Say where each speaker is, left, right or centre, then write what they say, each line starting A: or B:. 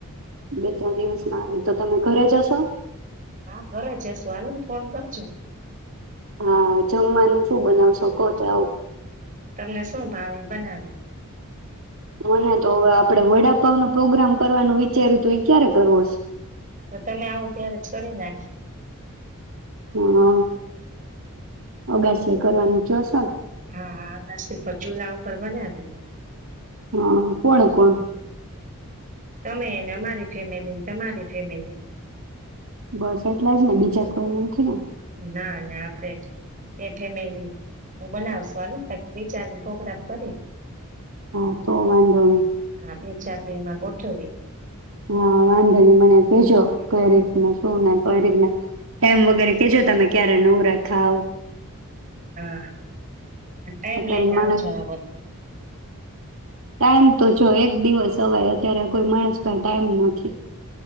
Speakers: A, on the right; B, on the right.
A: બે ત્રણ દિવસમાં આવી, તો તમે ઘરે જ હશો?
B: હા, ઘરે જ હસુુ, હાલો ન ફોન કરજે.
A: હા, જમવાનું શું બનાવશો કો તો આવું.
B: તમને શું ભાવે ઈ બનાવીએ.
A: મને તો હવે આપડે વડાપાવનો પ્રોગ્રામ કરવાનું વિચાયરુ તુ ઈ ક્યારે કરવો છે?
B: તો તમે આવો ત્યારે જ કરી નાખીએ.
A: હા, અગાસીએ કરવાનું ચ્યો સો ન?
B: હા હા પાછું તો ચૂલા ઉપર બનાવીએ.
A: હાં, કોણ? કોણ?
B: તમે એને અમારી ફેમિલી ન તમારી ફેમિલી.
A: બસ એટલા જ ને? બીજા કોઈ નથી ને?
B: ના ના, આપડે જ. એ ફેમિલી ઉં બનાવશ હાલો ન કાંઈક વિચારી ન પ્રોગ્રામ કરી.
A: હા, તો વાંધો નઈ.
B: હા બે ચાર દિ માં ગોઠવી.
A: હા, વાંધા ની મને કેજો કઈ રીતના શું ને કઈ રીતના એમ વગેરે કેજો તમે ક્યારે નવરા થાવ.
B: હા. ટાઈમ
A: અત્યારે
B: લઈને
A: માણસ
B: આવજો આ વખતે.
A: ટાઈમ તો જો એક દિવસ અવાય, અત્યારે કોઈ માણસ પાંહે ટાઈમ નથી.